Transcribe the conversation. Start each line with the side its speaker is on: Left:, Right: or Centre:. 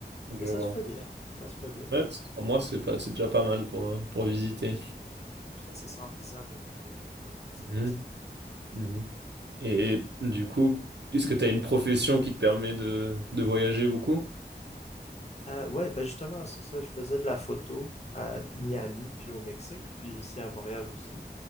Right: je
Left: Mais ça
Right: vois.
Left: se fait bien, ça se fait bien.
Right: Ouais, c'est trois mois, c'est pas, c'est déjà pas mal pour, pour visiter.
Left: Puis ça, c'est sans visa, donc euh, ouais, c'est assez
Right: Mhm,
Left: facile.
Right: mhm.
Left: Ouais.
Right: Et du coup, est-ce que tu as une profession qui te permet de, de voyager beaucoup?
Left: Euh, ouais, ben justement, c'est ça, je faisais de la photo à Miami, puis au Mexique, puis ici à Montréal aussi.